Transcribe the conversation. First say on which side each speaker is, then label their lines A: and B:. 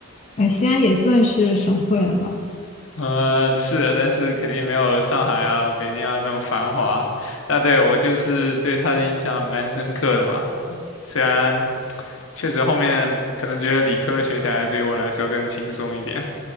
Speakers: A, on the left; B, on the left.
A: 哎，西安也算是省会了吧。
B: 呃，是，但是肯定没有上海啊、北京啊那么繁华。那对我就是对他的印象蛮深刻的嘛，虽然确实后面可能觉得理科学起来对于我来说更轻松一点。